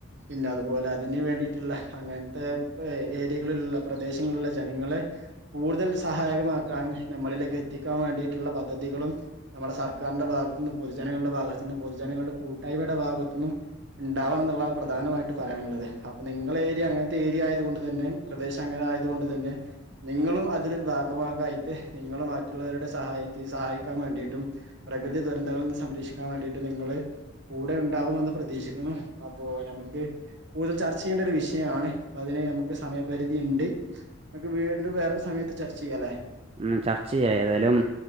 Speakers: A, on the right; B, on the right.
A: പിന്നെ അതുപോലെ അതിന് വേണ്ടിയിട്ടുള്ള അങ്ങനത്തെ ഏരിയകളിലുള്ള പ്രദേശങ്ങളിലുള്ള ജനങ്ങളെ കൂടുതൽ സഹായകമാക്കാനും നമ്മളിലേക്ക് എത്തിക്കാൻ വേണ്ടിയിട്ടുള്ള പദ്ധതികളും നമ്മുടെ സർക്കാരിന്റെ ഭാഗ ന്ന് പൊതുജനങ്ങളുടെ ഭാഗത്ത നിന്ന് പൊതുജനങ്ങളുടെ കൂട്ടായ്മയുടെ ഭാഗത്ത് ന്നും ണ്ടാവണം എന്നുള്ളതാണ് പ്രധാനമായിട്ട പറയാനുള്ളത് അപ്പൊ നിങ്ങളേരിയ അങ്ങനത്തെ ഏരിയ ആയത കൊണ്ട് തന്നെ പ്രദേശം അങ്ങനെ ആയത് കൊണ്ട് തന്നെ നിങ്ങളും അതിലൊരു ഭാഗാവാകായിട്ട് നിങ്ങൾ മറ്റുള്ളവരുടെ സഹായ സഹായിക്കാൻ വേണ്ടിട്ടും പ്രകൃതി ദുരന്തങ്ങളിൽന്ന് സംരക്ഷിക്കാൻ വേണ്ടിട്ടും നിങ്ങൾ കൂടെ ഉണ്ടാവുമന്ന് പ്രതീക്ഷിക്കുന്നു അപ്പോ നമുക്ക് കൂടുതൽ ചർച്ച ചെയ്യേണ്ട ഒരു വിഷയമാണ് അതിന് നമുക്ക് സമയപരിധി ഉണ്ട് നമക്ക് വീണ്ടും വേറൊരു സമയത്ത് ചർച്ച ചെയ്യ അല്ലേ
B: ഉം ചർച്ച ചെയ്യ ഏതാലും